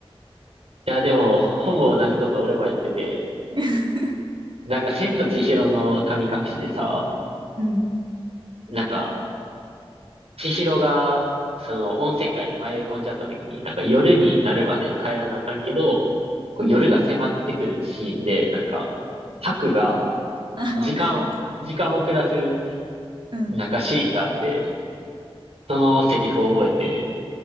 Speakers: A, on the right; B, on the right.
A: いや、でも、ほぼ同じこと俺もやってて、
B: <laughs>
A: なんか、千と千尋の神隠しでさ、
B: うん。
A: なんか、千尋が、その、温泉街に迷い込んじゃった時に、なんか、夜になるまでに帰らなあかんけど、こう夜が迫ってくるシーンで、
B: うん。
A: なんか、ハクが、
B: ああ、
A: 時間を、
B: わかる。
A: 時間を遅らせる、
B: うん。
A: なんかシーンがあって、そのセリフを覚えて、